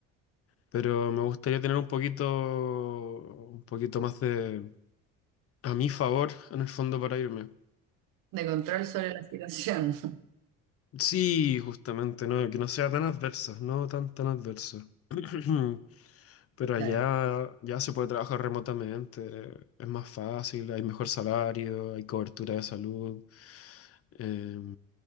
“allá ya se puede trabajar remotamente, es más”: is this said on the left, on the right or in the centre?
Left